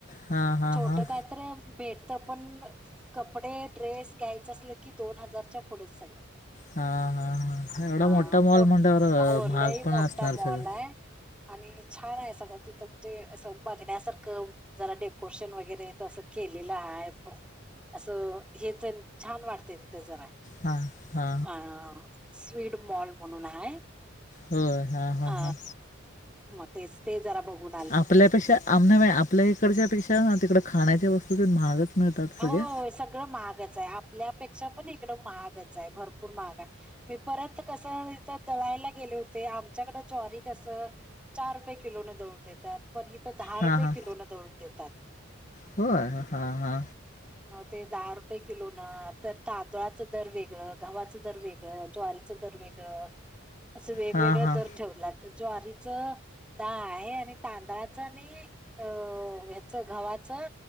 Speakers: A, on the left; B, in the centre.
A: हां हां
B: छोट काय तर भेटत पण ण-ण कपडे ड्रेस घ्यायच असल की दोन हजारच्या पुढेच सगळ
A: हां हां हां एवढा
B: हा
A: मोठा मॉल
B: मोटा
A: म्हटल्यावर अ, महाग
B: लाई
A: पण
B: मोटा
A: असणार
B: मॉल
A: सगळं
B: आहे. आणि छान आहे सगळं तिथं म्हणजे असं बघण्यासारखं जरा डेकोरेशन वगैरे तसं खी ह अस हेच छान वाटतय तिथे जरा
A: हा हा
B: अ-अ स्वीड मॉल म्हणून आहे.
A: होय हां हां
B: ह
A: हां
B: म तेच ते जरा बघुून
A: आपल्यापेक्षा आम आपल्या इकडच्या पेक्षा तिकड खाण्याच्या वस्तू तेन महागच मिळतात
B: हो
A: सगळ्या
B: सगळं माहागच आहे आपल्यापेक्षा पण इकडं महागच आहे भरपूर महाग आहे मी परत कस इथ दळायला गेलो. आ रे ते आमच्याकडं ज्वारी कसं चार रुपये किलोने दळून देत्यात पण हित तर दहा
A: हां
B: रुपये
A: हां
B: किलो नं दळून देतात.
A: होय हा-हा
B: मग ते दहा रुपये किलो ना तर तांदळाचं दर वेगळं गव्हाचं दर वेगळं ज्वारीच दर वेद असं वेगवेगळा
A: हां हां
B: दर ठेवला त ज्वारीचं दहा आहे आणि तांदळाच नी अ ह्याचं गव्हाचं